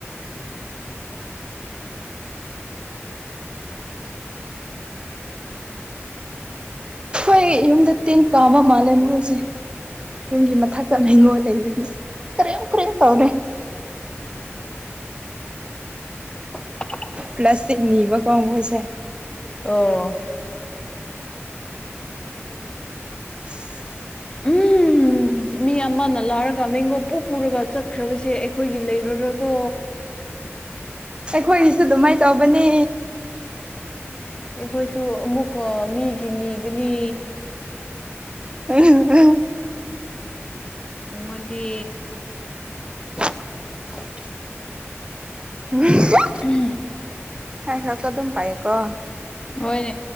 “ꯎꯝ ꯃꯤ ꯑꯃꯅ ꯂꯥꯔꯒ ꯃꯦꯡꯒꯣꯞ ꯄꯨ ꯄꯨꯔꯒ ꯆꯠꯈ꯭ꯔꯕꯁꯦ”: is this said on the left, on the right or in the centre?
Left